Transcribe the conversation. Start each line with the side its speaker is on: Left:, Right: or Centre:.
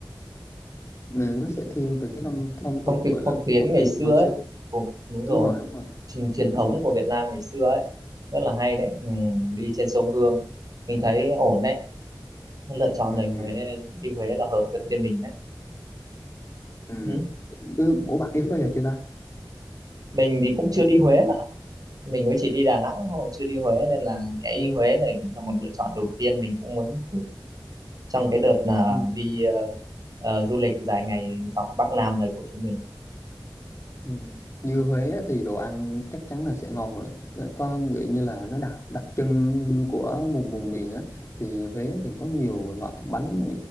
Left: nè, nó sẽ thiên về cái phong, phong
Right: phong
Left: tục
Right: tục
Left: gọi
Right: phong
Left: là
Right: kiến
Left: cổ
Right: ngày
Left: truyền
Right: xưa
Left: hồi
Right: ấy
Left: xưa
Right: cũng đúng
Left: đúng
Right: rồi
Left: rồi đúng rồi
Right: truyền, truyền thống
Left: ừ.
Right: của Việt Nam ngày xưa ấy rất là hay đấy ừ, đi trên sông Hương mình thấy ổn đấy lựa chọn
Left: Ừ.
Right: này Huế đi Huế là hợp cho team mình đấy
Left: Ừ.
Right: ừ.
Left: Ừ. Ủa bạn đi bao giờ chưa ta?
Right: mình thì cũng chưa đi Huế bạn ạ mình mới chỉ đi Đà Nẵng thôi chưa đi Huế nên là cái
Left: Ừ.
Right: Huế này cũng là một lựa chọn đầu tiên mình cũng muốn thử trong cái đợt là
Left: Ừ,
Right: đi ờ, ờ, du lịch dài ngày dọc Bắc Nam này của chúng mình
Left: ừ. Như Huế á thì đồ ăn chắc chắn là sẽ ngon rồi. Có nghĩ như là nó đặc đặc trưng của vùng vùng miền á thì Huế thì có nhiều loại bánh